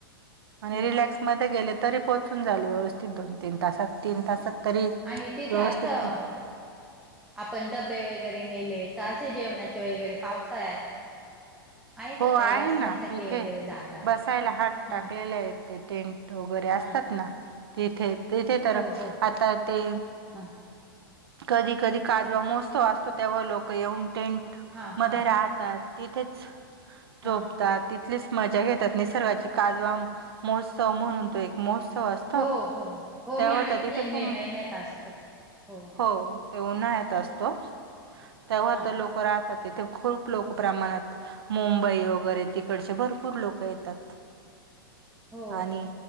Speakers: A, on the right (about 85°); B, in the centre.
A: आणि
B: हं.
A: रिलॅक्समध्ये गेले तरी पोहोचून जाल व्यवस्थित दोन-तीन तासात तीन
B: हा
A: तासात तरी
B: आणि तिथे
A: व्यवस्थित
B: असं आपण डबे वगैरे नेले का असे जेवणाचे वगैरे पावसाळ्यात. का
A: हो
B: काही
A: आहे
B: बसण्यासाठी
A: ना तिथे
B: वगैरे जागा
A: बसायला हात
B: हा
A: टाकलेले आहेत. ते टेंट वगैरे असतात
B: हा
A: ना? तिथे तिथे तर
B: हो हो
A: आता ते
B: ह
A: कधी कधी काजवा मोजतो असतो तेव्हा लोक येऊन टेंट
B: हा
A: मध्ये
B: हा
A: राहत यात, तिथेच
B: हा
A: झोपतात तलीच मजा घेतात निसर्गाची काजवा महोत्सव म्हणून तो एक महोत्सव असतो
B: हो हो हो
A: तेव्हा
B: मी ऐकलेय
A: तर तिथे खूप
B: मे महिन्यात असत हो‌.
A: हो ते उन्हाळ्यात असतो तेव्हा
B: हा
A: तर लोक तथे खूप लोक प्रमाणात मुंबई वगैरे तिकडचे भरपूर लोक येतात.
B: हो
A: आणि